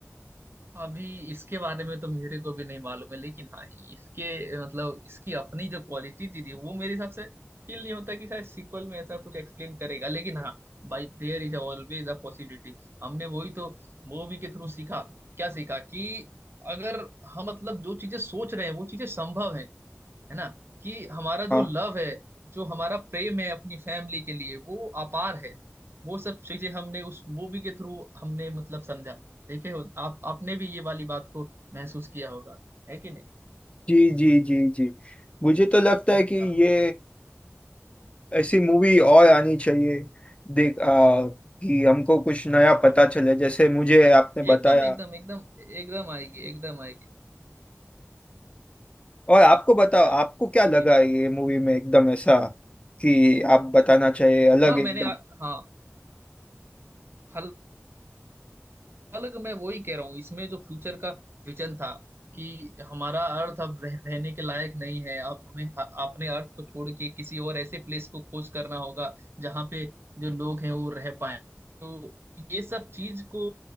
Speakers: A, on the right; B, on the left.
A: अभी इसके बारे में तो मेरे को भी नहीं मालूम है लेकिन हाँ इसके मतलब इसकी अपनी जो क्वालिटी थी, थी वो मेरे हिसाब से फील नहीं होता कि शायद सीक्वल में ऐसा कुछ एक्सप्लेन करेगा लेकिन हाँ by there is always a possibility हमने वही तो मूवी के थ्रू सीखा क्या सीखा कि अगर हम मतलब जो चीजें सोच रहे हैं वो चीजें संभव है है ना कि हमारा
B: हाँ
A: जो लव है जो हमारा प्रेम है अपनी फैमिली के लिए वो अपार है वो सब चीजें हमने उस मूवी के थ्रू हमने मतलब समझा देखे हो आप आपने भी ये वाली बात को महसूस किया होगा है कि नहीं
B: जी जी जी जी मुझे तो लगता है
A: हम्म,
B: कि
A: हाँ
B: ये ऐसी मूवी और आनी चाहिए देख आ, कि हमको कुछ नया पता
A: हम
B: चले जैसे मुझे आपने बताया
A: एकदम एकदम एकदम एकदम आएगी एकदम आएगी
B: और आपको बताओ
A: हाँ
B: आपको क्या
A: पूछिए
B: लगा ये मूवी में एकदम ऐसा कि आप बताना चाहिए अलग
A: हाँ
B: एकदम
A: मैंने आ, हाँ हल अलग मैं वही कह रहा हूँ इसमें जो फ्यूचर का विजन था कि हमारा अर्थ अब रह, रहने के लायक नहीं है अब हमें ह- अपने अर्थ को छोड़ के किसी और ऐसे प्लेस को खोज करना होगा जहाँ पे जो लोग हैं वो रह पाए तो ये सब चीज को